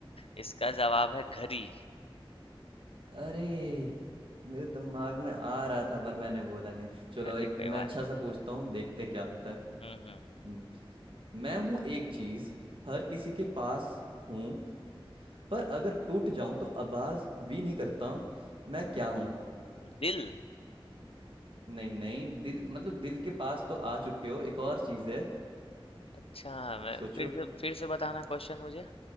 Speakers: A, on the left (about 85°); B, on the right (about 65°).
A: इसका जवाब है घड़ी
B: अरे मेरे दिमाग में आ रहा था पर मैंने बोला नहीं चलो
A: अच्छा
B: एक
A: कोई
B: मैं
A: बात
B: अच्छा
A: नहीं
B: सा पूछता हूँ देखते क्या होता है
A: हम्म हम्म
B: हम्म, मैं हूँ एक चीज हर किसी के पास हूँ पर अगर टूट जाऊं तो आवाज भी नहीं करता हूँ मैं क्या हूँ
A: हम्म दिल
B: नहीं नहीं दिल मतलब दिल के पास तो आ चुके हो एक और चीज है
A: अच्छा मैं
B: सोचो
A: फिर से फिर से बताना क्वेश्चन मुझे